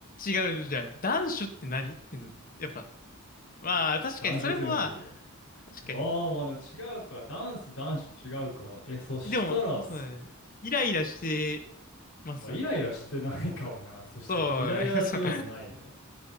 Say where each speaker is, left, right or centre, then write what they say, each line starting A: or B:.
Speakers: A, on the left; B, on the left.
A: 違うじゃん。男子って何って、やっぱ、まあ確かにそれもまあ、
B: ダンシュ宣言よ。
A: 確かに。
B: ああ、まあでも違うか。ダンス、ダンシュ違うか。え、そしたら、
A: でも、そうだね。イライラしてます
B: まあ、イライラしてないかもな。<laughs> そしたら、
A: そうね。
B: イライラって要素ないね。
A: そう